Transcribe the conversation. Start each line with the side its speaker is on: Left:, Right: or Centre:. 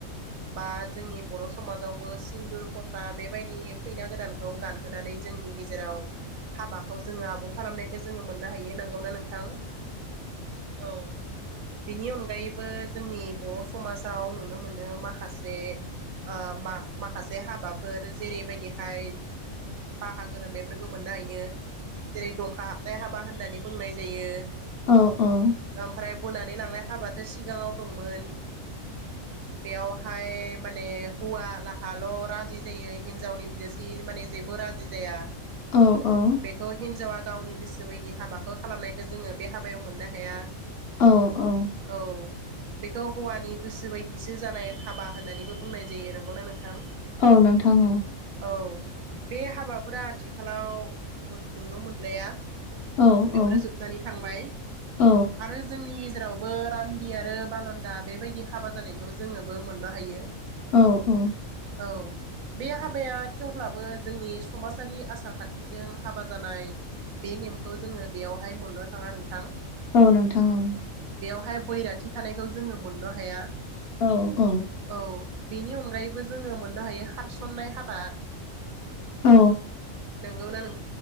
Right: बा जोंनि बर' समाजावबो सिन्दुर खथा बेबायदि खैना गोदानखौ गानहोनानै जोंनि गेजेराव हाबाखौ जोङो आबुं खालामनायख जोङो मोननो हायो नोंगौना नोंथां? औ! बेनि अनगायैबो जोंनि बर' समाजाव नुनो मोनो मा माखासे ओ माखासे हाबाफोर जेरैबायदिहाय बाहागो राननायफोरखौ मोननो हायो जेरै दंखा हाबनाय हाबा होननानै बुंनाय जायो।
Left: औ-औ!
Right: ओमफ्राय बोनानै लांनाय हाबाथ' सिगाङाव दंमोन बेयाव। हाय माने हौवा लाहाल' राजि जायो हिनजावनि बिदासि माने जेबो राजि जाया
Left: औ औ औ
Right: बेखौ हिनजावा गावनि गोसो बायदि हाबाखौ खालामनायखौ जोङो बे हाबायाव मोननो हाया।
Left: औ-औ!
Right: औ बेखौ हौवानि गोसो बायदिसो जानाय हाबा होननानैबो बुंनाय जायो। नंगौनाा नोंथां?
Left: औ नोंथां औ
Right: औ बे हाबाफोरा आथिखालाव नुनो मोनलाया।
Left: औ औ
Right: बेफोरो जोबनानै थांबाय।
Left: औ
Right: आरो जोंनि गेजेराव बो रान्दि आरो बालदा बेबायदि हाबा जानायखौ जोङोबो मोननो हायो।
Left: औ-औ!
Right: औ! बे हाबाया थेवब्लाबो जोंनि समाजारि आसार खान्थिजों हाबा जानाय। बे नेमखौ जोङो बेयावहाय मोननो थाङा नोंथां।
Left: औ नोंथां औ!
Right: बेहाय बैराथि थानायखौ जोङो मोननो हाया।
Left: औ औ
Right: औ बेनि अनगायैबो जोङो मोननो हायो खारसननाय हाबा।
Left: औ
Right: नोंगौ ना नों